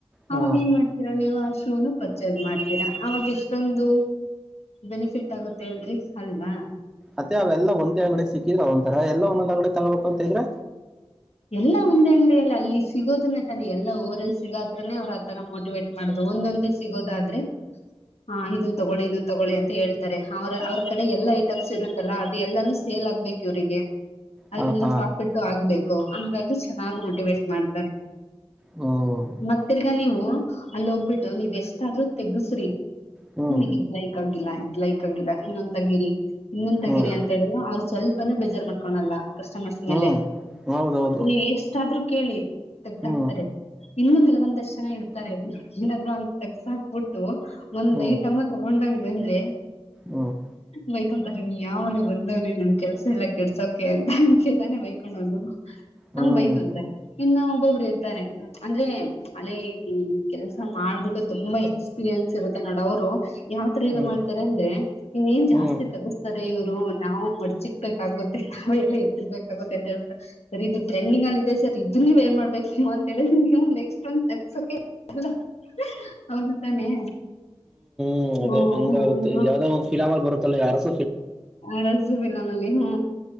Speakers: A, in the centre; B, on the left (about 80°).
A: ಹಾ
B: ಅವಾಗ ಏನ್ ಮಾಡ್ತೀರಾ ನೀವು ಆ ಶೂನು ಪರ್ಚೇಸ್ ಮಾಡ್ತೀರಾ ಅವಾಗ್ ಎಷ್ಟೊಂದು ಬೆನಿಫಿಟ್ ಆಗುತ್ತೆ ಹೇಳ್ರಿ ಅಲ್ವಾ.
A: ಅತ್ತೆ ಅವೆಲ್ಲಾ ಒಂದೇ ಅಂಗ್ಡಿಗ್ ಸಿಕ್ಕಿದ್ರೆ ಒಂಥರ ಎಲ್ಲಾ ಒಂದೊಂದ್ ಅಂಗ್ಡಿ ತಗೊಬೇಕ್ ಅಂತ ಇದ್ರೆ.
B: ಎಲ್ಲಾ ಒಂದೇ ಅಂಗ್ಡಿಯಲ್ಲಿ ಅಲ್ಲಿ ಸಿಗೋದನ್ನ ತಾನೆ ಎಲ್ಲಾ ಓರ್ಲ್ಲ ಸಿಗೊತ್ರನೆ ಅವ್ರ ಆತರ ಮೋಟಿವೇಟ್ ಮಾಡದು ಒಂದೊಂದೇ ಸಿಗೋದಾದ್ರೆ ಹ ಇದನ್ ತಗೊಳ್ಳಿ ಇದನ್ ತಗೊಳ್ಳಿ ಅಂತ ಹೇಳ್ತಾರೆ ಅವ್ರ ಅವ್ರ ಕಡೆ ಎಲ್ಲಾ ಐಟಮ್ಸ್ ಇರುತ್ತಲ್ಲಾ ಅದು ಎಲ್ಲಾನು ಸೇಲ್ ಆಗ್ಬೇಕ್ ಇವ್ರಿಗೆ. ಅದ್ರಿಂದ
A: ಹಾ ಹಾ
B: ಪ್ರಾಫಿಟ್ಟು ಆಗ್ಬೇಕ್. ಹಂಗಾಗಿ ಚೆನ್ನಾಗಿ್ ಮೋಟಿವೇಟ್ ಮಾಡ್ತ.
A: ಹ್ಮ್
B: ಮತ್ತಿರ್ಗ ನೀವು ಅಲ್ಲಿ ಹಂಗಾಗಿ ಹಂಗಾಗಿ ಚೆನ್ನಾಗಿ ಮೋಟಿವೇಟ್ ಮಾಡ್ತಾರೆ ಮತ್ತೆ ತೀರಾ ನೀವು ಅಲ್ಲಿ ಹೋಗ್ಬಿಟ್ಟು ನೀವ್ ಎಷ್ಟಾದ್ೂ ತೆಗಸ್ರಿ.
A: ಹ್ಮ್
B: ನನಗ ಇದ್ ಲೈಕ್ ಆಗಿಲ್ಲ ಇದ್ ಲೈಕ್ ಆಗಿಲ್ಲ ಇನ್ನೊಂದ್ ತಗಿರಿ ಇನ್ನೊಂದ್
A: ಹ್ಮ್
B: ತಗಿರಿ ಅಂತ ಹೇಳಿದ್ರರು ಅವ್ರು ಸ್ವಲ್ಪನ ಬೇಜಾರ್ ಮಾಡ್ಕೊಳಲ್ಲ ಕಸ್ಟಮರ್ಸ್ ಮೇಲೆ.
A: ಹ್ಮ್ ಹೌದೌದು
B: ನೀ ಎಷ್ಟಾದ್ರು? ಕೇಳಿ! ತೆಗ್ದ್ಕ್ತಾರೆ.
A: ಹ್ಮ್
B: ಇನ್ನು ಕೆಲವೊಂದಷ್ಟು ಜನ ಇರ್ತಾರೆ. ಅ ಏನಾದ್ರು ಒಂದ ತಕ್ಸ್ ಹಾಕ್ಬಿಟ್ಟು ಒಂದ್
A: ಹ್ಮ್
B: ಐಟಮ್ಮ
A: ಹ್ಮ್
B: ತಗೊಂಡಂಗ ಬಂದ್ರೆ
A: ಹ್ಮ್
B: ಬೈಕೊಂತಾರೆ ನಿಮ್ ಯಾವನ ಬಂದವಿ ನನ್ ಕೆಲ್ಸ ಎಲ್ಲ ಕೆಡ್ಸೋಕೆ ಅಂತ ಅತಾನೆ ಬೈಕೊಂಡನು.
A: ಹ್ಮ್
B: ಹಂಗ್ ಬೈತು ಅಂತಾರೆ ಇನ್ನ ಒಬ್ಬೊಬ್ರು ಇರ್ತಾರೆ ಅಂದ್ರೆ! ಅಲ್ಲೇ ಕೆಲ್ಸ ಮಾಡ್ಬಿಟ್ಟು ತುಂಬಾ ಎಕ್ಸ್ಪೀರಿಯನ್ಸ್ ಇರುತ್ತೆ. ನೋಡ ಅವ್ರು ಯಾವ್ತರ ಇ
A: ಹ್ಮ್
B: ಮಾಡ್ತಾರೆ
A: ಹ್ಮ್
B: ಅಂದ್ರೆ! ಇನ್ನ ಏನ್ ಜಾಸ್ತಿ
A: ಹ್ಮ್
B: ತಗಸ್ತಾರೆ ಇವ್ರು ನಾವು ಮಡ್ಚಿಕ್ಬೇಕಾಗುತ್ತೆ ನಾವ್ ಎಲ್ಲ ಎತ್ತಿರ್ಬೇಕಾಗುತ್ತೆ ಅಂತ ಹೇಳ್ಬಿಟ್ಟು. ಸರಿ ಇದು ಟ್ರೆಂಡಿಂಗ್ ಅಲ್ಲಿ ಇದೆ ಸರ್ ಇದ ನೀ್ ವೇರ್ ಮಾಡ್ಬೇಕು ನೀವ ಅಂತೇಳಿ ನೀ್ ನೆಕ್ಸ್ಟ್ ಒ ಸಸಕ ಅವ ತಾನೆ.
A: ಹ್ಮ್ ಅದೇಂಗ
B: ಹ್ಮ್
A: ಆಗುತ್ತೆ ಯಾವ್ದದ ಒ ಫಿಲಾ ಬರುತ್ತೆ. ಯಾರ್ದು
B: ಹ ಆರ್‌ಸಿಬಿ ಕಪ್ ನಮ್ ನಾನೇನು